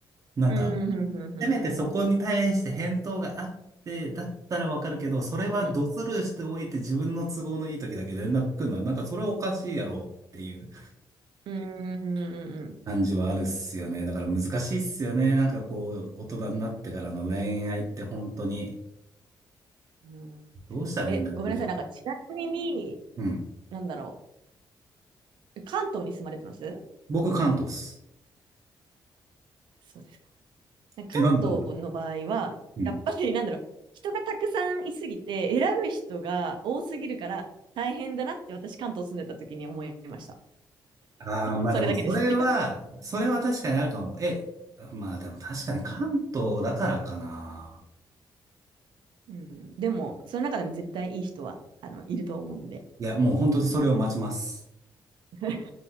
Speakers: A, on the right; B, on the right.
A: なんか
B: うんうんうんうんうん
A: せめてそこに対して返答があって、だったらわかるけど、それはドスルーしておいて自分の都合のいい時だけ連絡来るのは、
B: うん
A: なんかそれはおかしいやろうっていう
B: うんうんうん
A: 感じはあるっすよね。だから難しいっすよね。なんかこう、大人になってからの恋愛って本当に、
B: うんうん
A: どうしたらいいんだろうね。
B: え、ごめんなさい。なんか、ちなみに、
A: うん。
B: なんだろう。関東に住まれてます
A: 僕、関東っす。
B: そうですか。なんか関東の場合は、
A: え、なんでなんでうん。
B: やっぱり、なんだろう。人がたくさんいすぎて、選ぶ人が多すぎるから、大変だなって私、関東住んでた時に思いました。
A: ああ、まあでも、
B: それだけです。
A: それは、それは確かにあるかも。え、まあでも確かに関東だからかな。
B: <laughs> うん、でも、その中でも絶対いい人はあのいると思うんで。
A: いや、もう本当にそれを待ちます。
B: <laughs>